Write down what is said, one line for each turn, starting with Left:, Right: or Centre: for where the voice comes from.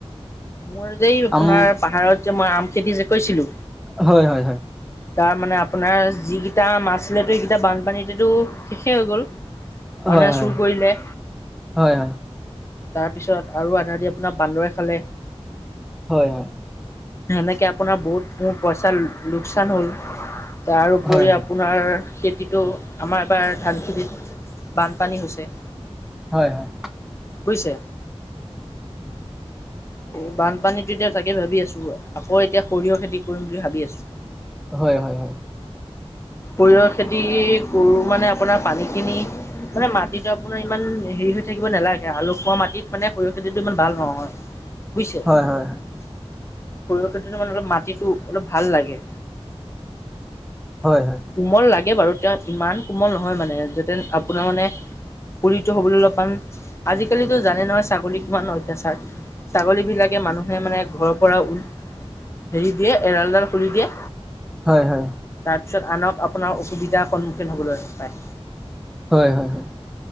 Left: মোৰ যে আপোনাৰ
Centre: আম
Left: পাহাৰত যে মই আম খেতি যে কৈছিলো
Centre: হয়-হয়-হয়।
Left: তাৰ মানে আপোনাৰ যিকেইটা মাছছিলেতো সেইকেইটা বানপানীতেতো শেষেই হৈ গ'ল। মানুহে
Centre: হয় হয়
Left: চুৰ কৰিলে।
Centre: হয় হয়
Left: তাৰপিছত আৰু আধা, আধি আপোনাৰ বান্দৰে খালে।
Centre: হয়-হয়।
Left: সেনেকে আপোনাৰ বহুত মোৰ পইচাৰ লোকচান হ'ল। তাৰোপৰি
Centre: হয়
Left: আপোনাৰ কিটো আমাৰ এবাৰ ধানখেতিত বানপানী হৈছে।
Centre: হয়-হয়।
Left: বুইছে। এই বানপানীতো এতিয়া তাকে ভাবি আছো আকৌ এতিয়া সৰিয়হ খেতি কৰিম বুলি ভাবি আছো।
Centre: হয়-হয়-হয়।
Left: সৰিয়হৰ খেতি কৰো মানে আপোনাৰ পানী খিনি। মানে মাটিতটো আপোনাৰ ইমান হেৰি হৈ থাকিব নালাগে, আলু খোৱা মাটিত মানে সৰিয়হ খেতিটো ইমান ভাল নহয়। বুজিছে
Centre: হয় হয় হয় হয় হয় হয়
Left: সৰিয়হ খেতিটো মাটিত ভাল লাগে।
Centre: হয়-হয়।
Left: কোমল লাগে বাৰু তেওঁ ইমান কোমল নহয় মানে যাতে আপোনাৰ মানে পুলিটো হ'বলৈ অলপ মান আজিকালিতো জানে নহয় ছাগলীৰ কিমান অত্যাচাৰ। ছাগলী বিলাকে মানুহে মানে ঘৰৰ পৰা উ হেৰি দিয়ে এৰালডাল খুলি দিয়ে।
Centre: হয়-হয়।
Left: তাৰপিছত আনক আপোনাৰ অসুবিধাৰ সন্মুখীন হ'বলৈ পায়।
Centre: হয় হয়